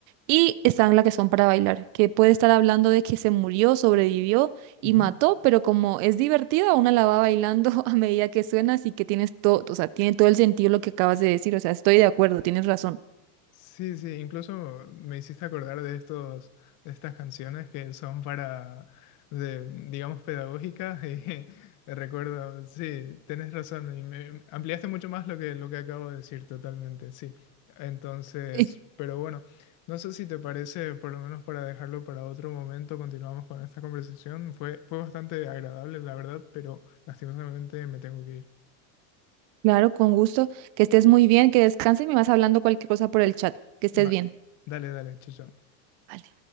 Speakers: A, on the right; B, on the left.
A: y están las que son para bailar, que puede estar hablando de que se murió, sobrevivió y
B: Ujú.
A: mató, pero como es divertida, una la va bailando <laughs> a medida que suena, así que tienes todo, o sea, tiene todo el sentido lo que acabas de decir, o sea, estoy de acuerdo, tienes razón.
B: Sí, sí, incluso me hiciste acordar de estos, de estas canciones que son para, de, digamos, pedagógicas y <laughs> recuerdo, sí, tenés razón y me ampliaste mucho más lo que, lo que acabo de decir totalmente, sí. Entonces,
A: <laughs>
B: pero bueno, no sé si te parece, por lo menos para dejarlo para otro momento, continuamos con esta conversación. Fue, fue bastante agradable, la verdad, pero lastimosamente me tengo que ir.
A: Claro, con gusto, que estés muy bien, que descanses y me vas hablando cualquier cosa por el chat, que estés
B: Va-
A: bien.
B: dale, dale, chao. chao.
A: Vale.